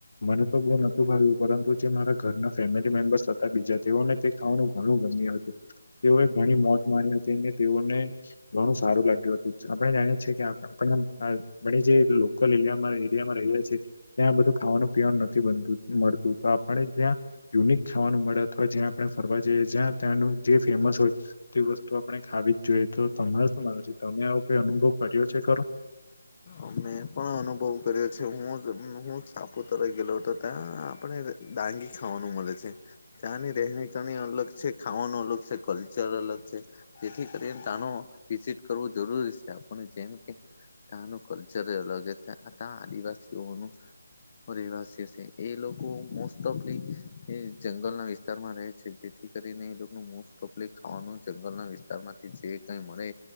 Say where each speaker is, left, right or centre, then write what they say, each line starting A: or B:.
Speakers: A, on the left; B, on the left.
A: મને તો બહુ નતું ભાવ્યું પરંતુ જે ઘરના ફેમિલી મેમ્બર્સ હતા બીજા તેઓને તે ખાવાનું ઘણું ગમ્યું હતું તેઓએ ઘણી મોજ માણી ને તેઓને ઘણું સારું લાગ્યું હતું આપણે જાણીએ છીએ કે આપણને આ પણ જે લોકલ એરિયા એરિયામાં રહ્યા છે ત્યાં બધું ખાવાનું પીવાનું નથી બનતું મળતું આ પડે ત્યાં યુનિક ખાવાનું મળે અથવા જ્યાં આપણે ફરવા જઈએ જ્યાં ત્યાં જે ફેમસ હોય કે વસ્તુ આપણે ખાવી જ જોઈએ તો તમાર શું માનું છે તમે આવો કોઈ અનુભવ કર્યો છે ખરો
B: અમે પણ અનુભવ કર્યો છે હું હું સાપુતારા ગેલો તો ત્યાં આપણે ડાંગી ખાવાનું મલે છે ત્યાંની રહેણી કરણી અલગ છે ખાવાનું લોગ છે ક્લચર અલગ છે જેથી કરીને તાનો વિઝિટ કરવો જરૂરી છે આપણે જેમ ત્યાંનું કલ્ચર અલગ જ છે કા આદિવાસીઓનું રહેવાશી સે એ લોકો મોસ્ટ ઑફલી જંગલના વિસ્તારમાં રહે છે જેથી કરીને એ મોસ્ટ ઓફલી ખાવાનું જંગલના વિસ્તાર માંથી જે કઈ મળે